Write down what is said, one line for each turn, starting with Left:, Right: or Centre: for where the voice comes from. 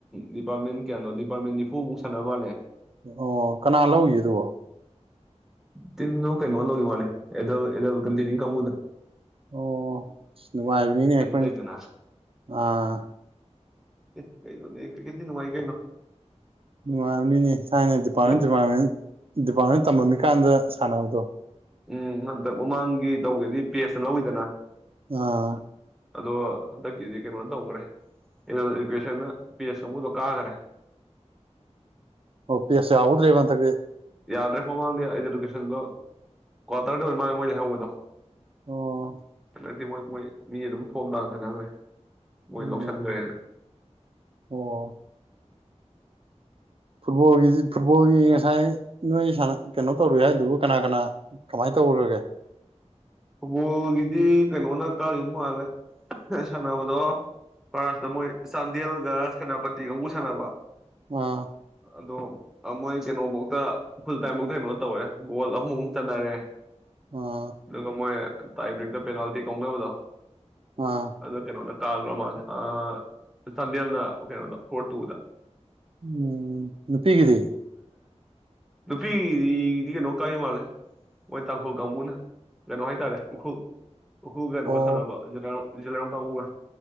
Centre: ꯗꯤꯄꯥꯔꯠꯃꯦꯟ ꯀꯌꯥꯅꯣ ꯗꯤꯄꯥꯔꯠꯃꯦꯟ ꯅꯤꯐꯨꯃꯨꯛ ꯁꯥꯟꯅ ꯃꯥꯜꯂꯦ
Right: ꯑꯣ ꯀꯅꯥ ꯂꯧꯈꯤꯒꯦ ꯑꯗꯨꯕꯣ
Centre: ꯇꯤꯜ ꯂꯣ ꯀꯩꯅꯣ ꯋꯥꯜꯂꯣ ꯋꯥꯅꯦ ꯑꯦꯗꯦꯂ <unintelligible>
Right: ꯑꯣ ꯑ ꯅꯨꯡꯉꯥꯏꯕꯅꯤꯅꯦ ꯑꯩꯈꯣꯏ
Centre: ꯂꯩꯗꯅ
Right: ꯑꯥ
Centre: ꯑꯦ ꯀꯩꯅꯣꯅꯦ ꯀ꯭ꯔꯤꯀꯦꯠꯇꯤ ꯅꯨꯡꯉꯥꯏ ꯀꯩꯅꯣ
Right: ꯅꯨꯡꯉꯥꯏꯕꯅꯤꯅꯦ ꯊꯥꯏꯅ ꯗꯤꯄꯥꯔꯠꯃꯦꯟ
Centre: ꯎꯝ
Right: ꯗꯤꯄꯥꯔꯠꯃꯦꯟ ꯗꯤꯄꯥꯔꯠꯃꯦꯟ ꯇꯝꯃꯃꯤꯀꯥꯟꯗ ꯁꯥꯟꯅꯕꯗꯣ
Centre: ꯎꯝ ꯍꯟꯗꯛ ꯃꯃꯥꯡꯒꯤ ꯇꯧꯒꯗꯤ ꯄꯦꯁꯇ ꯂꯧꯋꯤꯗꯅ
Right: ꯑꯥ
Centre: ꯑꯗꯣ ꯍꯟꯗꯛꯀꯤꯗꯤ ꯀꯩꯅꯣ ꯇꯧꯒ꯭ꯔꯦ ꯏꯜ ꯏꯒ꯭ꯋꯦꯁ <unintelligible> ꯊꯦꯅ ꯄꯦꯁ ꯀꯥꯡꯒꯨꯗꯣ ꯀꯥꯒꯔꯦ
Right: ꯑꯣ ꯄꯦꯁ ꯌꯥꯍꯧꯗ꯭ꯔꯦꯕ ꯍꯟꯗꯛꯇꯤ
Centre: ꯌꯥꯗ꯭ꯔꯦ ꯃꯃꯥꯡꯗ ꯑ ꯑꯗꯨꯀꯦꯁꯟꯗꯣ ꯀ꯭ꯋꯥꯇꯔꯗ ꯑꯣꯏ ꯃꯥꯜꯂꯦ ꯃꯣꯏ ꯂꯩꯍꯧꯕꯗꯣ
Right: ꯑꯣ
Centre: ꯗꯛꯇꯤ ꯃꯣꯏ ꯃꯣꯏ ꯃꯤ ꯑꯗꯨꯝ ꯐꯣꯝ ꯂꯥꯡꯁꯟꯅꯈꯒ꯭ꯔꯦ ꯃꯣꯏ
Right: ꯎꯝ
Centre: ꯂꯧꯁꯤꯟꯗ꯭ꯔꯦꯅ
Right: ꯑꯣ ꯐꯨꯠꯕꯣꯜꯒꯤꯖꯤ ꯐꯨꯠꯕꯣꯜꯒꯤ ꯉꯁꯥꯏ ꯅꯣꯏ ꯁꯥꯟꯅ ꯀꯩꯅꯣ ꯇꯧꯔꯨꯏ ꯍꯥꯏꯗꯨꯕꯨ ꯀꯅꯥ ꯀꯅꯥ ꯀꯃꯥꯏꯅ ꯇꯧꯒ꯭ꯔꯒꯦ
Centre: ꯐꯨꯠꯕꯣꯜꯒꯤꯗꯤ ꯀꯩꯅꯣꯅ ꯀꯥꯒꯤꯕ ꯃꯥꯜꯂꯦ ꯉꯁꯥꯏ ꯁꯥꯟꯅꯕꯗꯣ ꯐꯥꯁ ꯇ ꯃꯣꯏ ꯆꯥꯟꯗꯦꯜꯒ ꯁꯦꯅꯥꯄꯇꯤ ꯀꯥꯡꯒꯨ ꯁꯥꯟꯅꯕ
Right: ꯑꯥ
Centre: ꯑꯗꯣ ꯃꯣꯏ ꯀꯩꯅꯣꯐꯧꯗ ꯐꯨꯜ ꯇꯥꯏꯝꯐꯧꯗ ꯀꯩꯅꯣ ꯇꯧꯋꯦ ꯒꯣꯜ ꯑꯍꯨꯝ ꯑꯍꯨꯝ ꯆꯟꯅꯔꯦ
Right: ꯑꯥ
Centre: ꯑꯗꯨꯒ ꯃꯣꯏ ꯇꯥꯏ ꯕ꯭ꯔꯦꯛꯇ ꯄꯦꯅꯥꯜꯇꯤ ꯀꯥꯎꯅꯕꯗꯣ
Right: ꯑꯥ
Centre: ꯑꯗ ꯀꯩꯅꯣꯗ ꯀꯥꯒ꯭ꯔ ꯃꯥꯜꯂꯦ ꯑ ꯆꯥꯟꯗꯦꯜꯅ ꯀꯩꯅꯣꯗꯣ ꯐꯣ꯭ꯔ ꯇꯨꯗ
Right: ꯎꯝ ꯅꯨꯄꯤꯒꯤꯗꯤ
Centre: ꯅꯨꯄꯤꯗꯤ ꯀꯩꯅꯣ ꯀꯥꯈꯤ ꯃꯥꯜꯂꯦ ꯃꯣꯏ ꯇꯥꯡꯈꯨꯜ ꯀꯥꯡꯕꯨꯅ ꯀꯩꯅꯣ ꯍꯥꯏꯇꯥꯔꯦ ꯎꯈꯨꯜ ꯎꯈꯨꯜꯒ ꯀꯩꯅꯣꯒ
Right: ꯑꯣ
Centre: ꯁꯥꯟꯅꯕ ꯖꯦꯅꯥꯂꯣꯡ ꯖꯦꯂꯤꯌꯥꯡꯔꯣꯡ ꯀꯥꯡꯒꯨꯒ